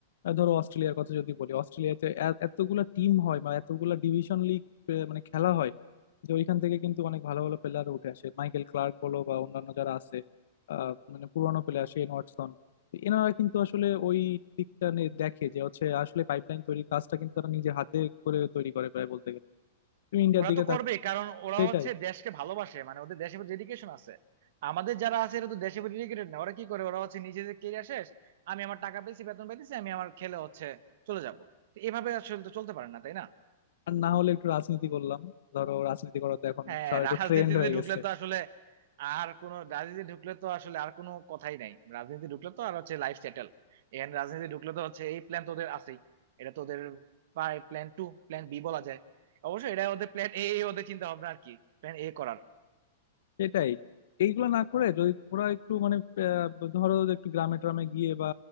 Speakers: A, on the left; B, on the right.
A: আহ, ধরো অস্ট্রেলিয়ার কথা যদি বলি অস্ট্রেলিয়াতে এ- এতগুলা টিম হয় বা এতগুলা ডিভিশন লিগ মানে খেলা হয় যে ওইখান থেকে কিন্তু অনেক ভালো ভালো প্লেয়ার উঠে আসে মাইকেল ক্লার্ক বলো বা অন্যান্য যারা আছে আহ, মানে পুরোনো প্লেয়ার শেন ওয়াটসন তো এনারা কিন্তু আসলে ওই দিকটা নিয়ে দেখে যে হচ্ছে আসলে পাইপলাইন তৈরির কাজটা কিন্তু তারা নিজে হাতে করে তৈরি করে প্রায় বলতে গেলে তুমি ইন্ডিয়ার
B: ওরা
A: দিকে
B: তো
A: তাক
B: করবে কারণ ওরা
A: সেটাই
B: হচ্ছে দেশকে ভালোবাসে মানে ওদের দেশের ডেডিকেশন আছে আমাদের যারা আছে এরা তো দেশে ডেডিকেটেড না ওরা কি করে ওরা হচ্ছে নিজেদের কেরিয়ার শেষ আমি আমার টাকা পেয়েছি বেতন পেয়েছি আমি আমার খেলে হচ্ছে চলে যাব তো এভাবে আসলে তো চলতে পারে না তাই না
A: আর না হলে একটু রাজনীতি করলাম ধরো রাজনীতি করা তো এখন
B: হ্যাঁ
A: সবাই একটু
B: রাজনীতিতে
A: ট্রেন্ড হয়ে
B: ঢুকলে
A: গেছে
B: তো আসলে আর কোনো রাজনীতি ঢুকলে তো আসলে আর কোনো কথাই নাই রাজনীতি ঢুকলে তো আর হচ্ছে লাইফ সেটেল এখানে রাজনীতি ঢুকলে তো হচ্ছে এই প্ল্যান তো ওদের আছেই এটা তো ওদের প্রায় প্ল্যান টু প্ল্যান বি বলা যায় অবশ্যই এটা ওদের প্ল্যান এ ওদের চিন্তা ভাবনা আর কি প্ল্যান এ করার
A: সেটাই এইগুলো না করে যদি ওরা একটু মানে আহ, ধরো যে একটু গ্রামে ট্রামে গিয়ে বা